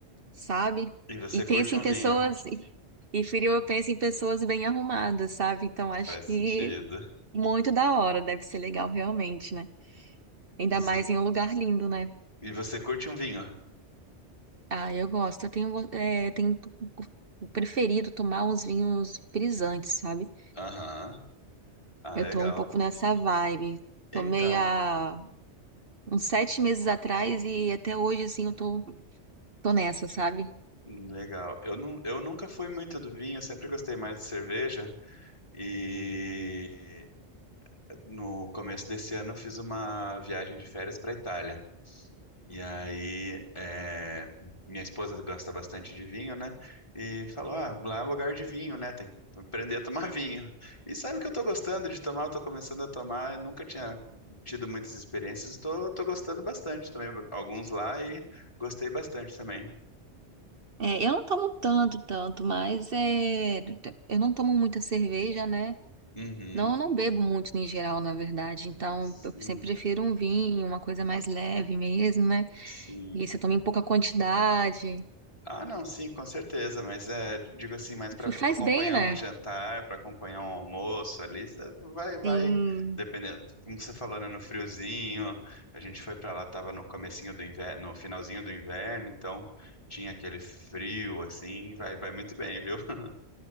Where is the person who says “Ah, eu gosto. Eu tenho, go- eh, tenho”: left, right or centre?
Right